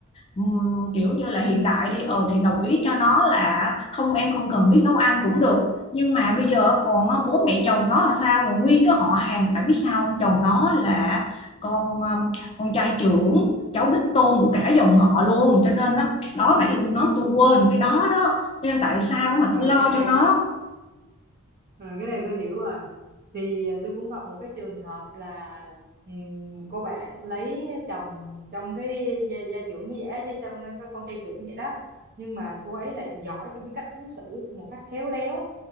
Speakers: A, on the left (about 25°); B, on the right (about 45°).
A: ừm, kiểu như là hiện đại đi ờ thì đồng ý cho nó là không em không cần biết nấu ăn cũng được nhưng mà bây giờ còn ờ, bố mẹ chồng nó là sao rồi nguyên cái họ hàng tại biết sao không chồng nó là con ờ, con trai trưởng cháu đích tôn của cả dòng họ luôn cho nên đó, đó nãy giờ tôi nói tôi quên cái đó đó cho nên tại sao mà
B: ừ,
A: tôi lo
B: cái này
A: cho nó
B: ừ, cái này tôi hiểu rồi thì à, tôi cũng gặp một cái trường hợp là ừm, cô bạn lấy chồng trong cái gia, gia trưởng như vậy á, chứ trong cái con trai trưởng vậy đó nhưng mà cô ấy lại giỏi trong cái cách ứng xử một cách khéo léo